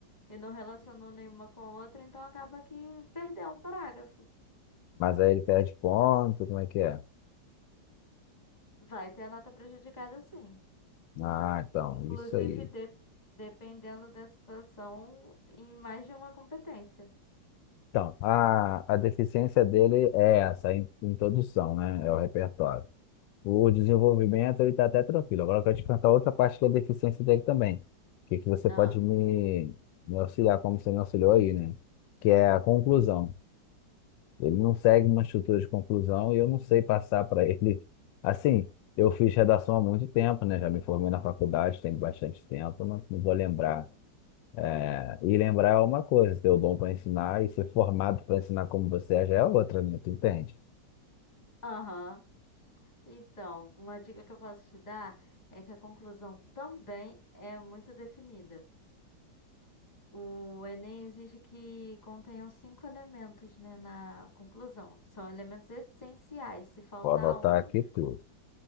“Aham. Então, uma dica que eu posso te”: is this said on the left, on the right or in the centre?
Left